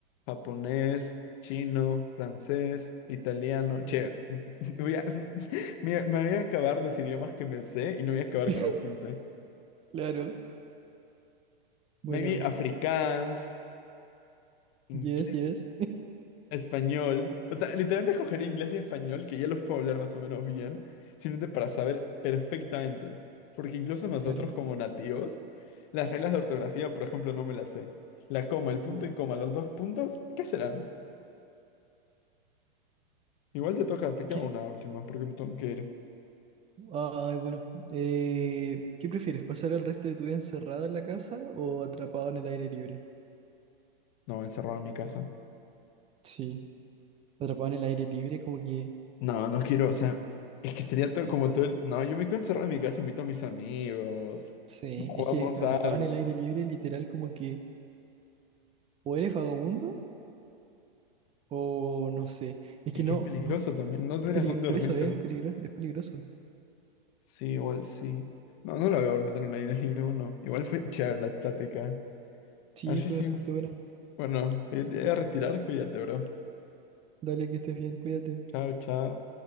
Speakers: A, on the left; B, on the right.
A: japonés, chino, francés, italiano.
B: Claro.
A: Che, <laughs> voy a- <laughs> me, me voy a acabar los idiomas que me sé y no voy a acabar
B: <laughs>
A: con los quince
B: Claro. Bueno,
A: Maybe afrikaans, inglés.
B: yes, yes.
A: Español. O sea, literalmente escogería inglés y español, que ya los puedo hablar más o menos bien, simplemente para saber perfectamente. Porque incluso nosotros
B: Claro.
A: como nativos, las reglas de ortografía, por ejemplo, no me las sé. La coma, el
B: No.
A: punto y coma, los dos puntos, ¿qué serán? Igual te toca, te
B: Es
A: queda
B: que,
A: una última, porque me tengo que ir.
B: ay, bueno. Eh, ¿qué prefieres? ¿Pasar el resto de tu vida encerrado en la casa o atrapado en el aire libre?
A: No, encerrado en mi casa.
B: Sí. Atrapado en el aire libre, como que
A: No, no quiero, o sea, es que sería todo como todo el... No, yo me quedo encerrado en mi casa, invito a mis amigos,
B: Sí,
A: jugamos
B: es que atrapado
A: algo.
B: en el aire libre, literal, como que o eres vagabundo o no sé. Es que
A: Es
B: no,
A: que es peligroso
B: no,
A: también, no tienes
B: es peli-
A: dónde
B: Muy por
A: dormir
B: eso
A: seguro.
B: es peligroso. peligroso, es peligroso.
A: Sí, igual sí. No, no la voy a dormir en el aire libre, bueno. Igual fue chévere la plática.
B: Sí,
A: A ver si
B: fue
A: seguimos.
B: bastante Aquí sí. buena.
A: Bueno, yo te voy a retirar, cuídate, bro.
B: Dale que estés bien, cuídate.
A: Chao, chao.